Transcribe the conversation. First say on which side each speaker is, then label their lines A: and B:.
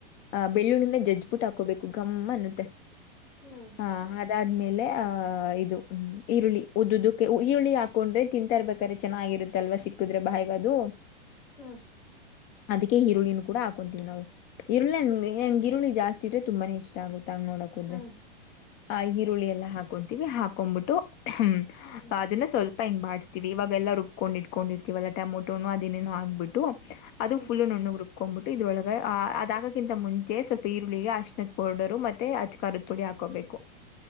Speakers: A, on the left; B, on the left.
A: ಅ ಬೆಳ್ಳುಳ್ಳಿಂದ ಜಜ್ಜಬಿಟ್ಟು ಹಾ ಕೋಬೇಕು ಗಮ್ಮ ಅನ್ನುತ್ತೆ
B: ಹ್ಮ್
A: ಹಾ ಅದಾದ್ಮೇಲೆ ಆ ಆಹ ಇದುಮ ಈರುಳ್ಳಿ ಉದ್ದದಕ್ಕೆ ಈರುಳ್ಳಿ ಹಾಕೊಂಡೇ ತಿಂತಾಇರಬೇಕು ಆದ್ರೆ ಚೆನ್ನಾಗಿರುತ್ತಲ್ವಾ ಸಿಕ್ಕುದ್ರೆ ಬಾಯಿಗೇ ಅದು
B: ಹ್ಮ್
A: ಅದಕೆ ಈರುಳ್ಳಿ ಕೂಡ ಹಾಕೊಂತೀವಿ ನಾವು ಈರುಳ್ಳಿ ಹೆಂಗ ಈರುಳ್ಳಿ ಜಾಸ್ತಿ ಇತ್ತೆ ತುಂಬಾನೇ ಇಷ್ಟ ಆಗುತ್ತೆ ತಂಗ್ ನೋಡಕ ಹೋದ್ರೆ
B: ಹ್ಮ್
A: ಆ ಈರುಳ್ಳಿ ಎಲ್ಲ ಹಾಕೊಂತೀವಿ ಹಾಕೊಂಡ್ಬಿಟ್ಟು ಹ
B: ಹ್ಮ್
A: ಅದನ್ನ ಸ್ವಲ್ಪ ಪ ಹಿಂಗೆ ಬಿಸಸ್ತೀವಿ ಇವಾಗಲ್ಲ ರುಬ್ಕೊಂಡ ಇಟ್ಕೊಂಡಿರ್ತೀವಲ್ಲಟಮೋಟೋನು ಅದೇನೇನೋ ಹಾಕ್ಬಿಟ್ಟು ಅದು
B: ಹ್ಮ್
A: ಫುಲ್ ನುಣ್ಣುಗೆ ರುಬ್ಕೊಂಡ್ಂಬಿಟ್ಟು ಇದ್ರಳಗ ಅದಾಗಕ್ಕಿಂತ ಮುಂಚೆ ಸ್ವಲ್ಪ ಈರುಳ್ಳಿಗೆ ಅಷ್ಟು ತ್ ಪೌಡರು ಮತ್ತೆ ಅಚ್ಕಾರದ ಪುಡಿ ಹಾಕೋಬೇಕು